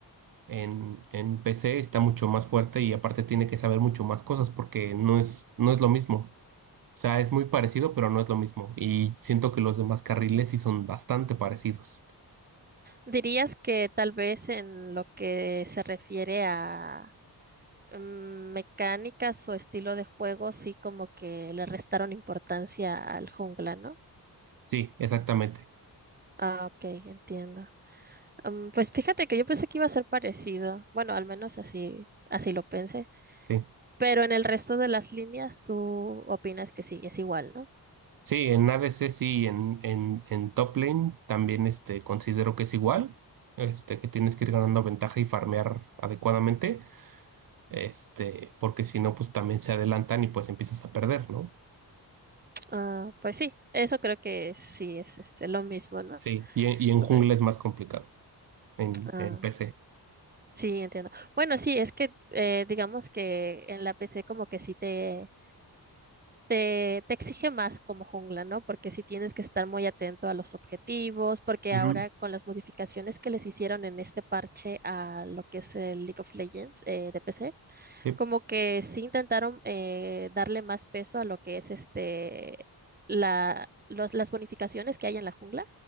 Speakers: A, on the right; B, on the right.
A: en, en PC está mucho más fuerte y aparte tiene que saber mucho más cosas porque no es, no es lo mismo. O sea, es muy parecido, pero no es lo mismo. Y siento que los demás carriles sí son bastante parecidos.
B: ¿Dirías que tal vez en lo que se refiere a mm, mecánicas o estilo de juego, sí como que le restaron importancia al jungla, ¿no?
A: Sí, exactamente.
B: Ah, ok, entiendo. Mm, pues fíjate que yo pensé que iba a ser parecido. Bueno, al menos así, así lo pensé.
A: Sí,
B: Pero en el resto de las líneas, tú opinas que sí, es igual, ¿no?
A: Sí, en ADC sí, en, en, en top lane también este, considero que es igual. Este, que tienes que ir ganando ventaja y farmear adecuadamente. Este, porque si no, pues también se adelantan y pues empiezas a perder, ¿no?
B: Ah, pues sí, eso creo que sí es este, lo mismo, ¿no?
A: Sí, y, en- y en jungla
B: Eh,
A: es más complicado en,
B: Ah,
A: en PC.
B: sí, entiendo. Bueno, sí, es que eh, digamos que en la PC como que sí te, te, te exige más como jungla, ¿no? Porque sí tienes que estar muy atento a los objetivos, porque
A: Ujú.
B: ahora con las modificaciones que les hicieron en este parche a lo que es el League of Legends eh, de PC,
A: Sí,
B: como que sí intentaron eh, darle más peso a lo que es este, la... los- las bonificaciones que hay en la jungla